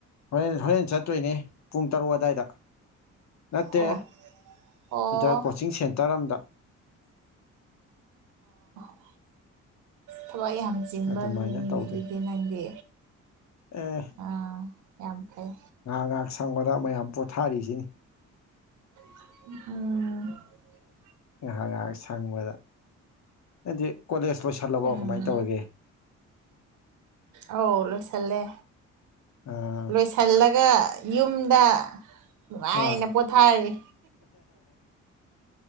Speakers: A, on the left; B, on the right.
A: ꯍꯣꯔꯦꯟ ꯍꯣꯔꯦꯟ ꯆꯠꯇꯣꯏꯅꯦ ꯄꯨꯡ ꯇꯔꯨꯛ ꯑꯗꯥꯏꯗ ꯅꯠꯇꯦ
B: ꯑꯣ ꯑꯣ
A: ꯗꯥꯏ ꯀꯣꯆꯤꯡ ꯁꯦꯟꯇꯔ ꯑꯝꯗ <inaudible>
B: <unintelligible> ꯊꯕꯛ ꯌꯥꯝ ꯆꯤꯟꯕ
A: ꯑꯗꯨꯃꯥꯏꯅ
B: ꯃꯤꯅꯤꯅꯦ
A: ꯇꯧꯗꯣꯏꯅꯤ
B: ꯑꯗꯨꯗꯤ ꯅꯪꯗꯤ
A: ꯑꯦ
B: ꯑꯥ ꯌꯥꯝ ꯐꯩ
A: ꯉꯥꯏꯍꯥꯛ ꯉꯥꯏꯍꯥꯛ ꯁꯪꯕꯗ ꯃꯌꯥꯝ ꯄꯣꯊꯥꯔꯤꯁꯤꯅꯤ
B: ꯑꯥ
A: ꯉꯍꯥꯛ ꯉꯍꯥꯛ ꯍꯪꯕꯗ ꯅꯗꯤ ꯀꯣꯂꯦꯖ ꯂꯣꯏꯁꯤꯜꯂꯕꯣ
B: ꯎꯝ
A: ꯀꯃꯥꯏꯅ ꯇꯧꯔꯒꯦ
B: ꯑꯧ ꯂꯣꯏꯁꯜꯂꯦ
A: ꯑꯥ
B: ꯂꯣꯏꯁꯤꯜꯂꯒ ꯌꯨꯝꯗ ꯅꯨꯡꯉꯥꯏꯅ
A: ꯑꯥ
B: ꯄꯣꯊꯔꯒꯦ